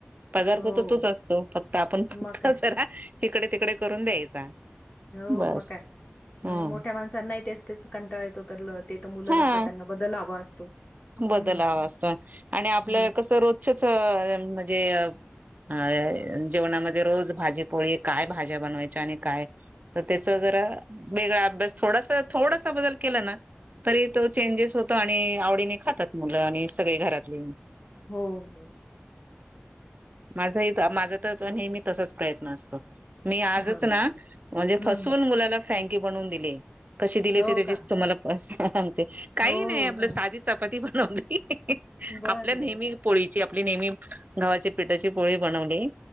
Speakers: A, on the right; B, on the left.
A: पदार्थ
B: हो
A: तर तोच असतो फक्त आपण फक्त
B: मग काय
A: जरा इकडे, तिकडे करून द्यायचा.
B: हो
A: बस
B: मग काय नाही
A: हं.
B: मोठ्या माणसांना नाही तेच, तेच कंटाळ येतो तर ते तर मुलग
A: हां.
B: असं त्यांना बदल हवा असतो. हम्म
A: बदल हवा असतो आणि आपल्या
B: हो
A: कसं रोजच्याच म्हणजे. अ जेवणामध्ये रोज भाजीपोळी काय भाज्या बनवायच्या आणि काय तर त्याचा जरा वेगळा अभ्यास थोडासा, थोडसा बदल केलाना. तरी तो चेंजेस होतो आणि आवडीने खातात मुलं आणि सगळी घरातली.
B: हो, हो.
A: माझा इथ माझा तर हे मी तसाच प्रयत्न असतो. मी आजच
B: हा
A: ना म्हणजे
B: हम्म
A: फसवून मुलाला फ्रँकी बनवून दिली कशी दिली
B: हो
A: ते त्याची
B: का
A: तुम्हाला सांगते. काही
B: हो
A: नाही आपलं
B: सांग
A: साधी चपाती बनवली
B: बर
A: आपल्या नेहमी
B: बर
A: पोळीची आपली नेहमी गावाची पिठाची पोळी बनवली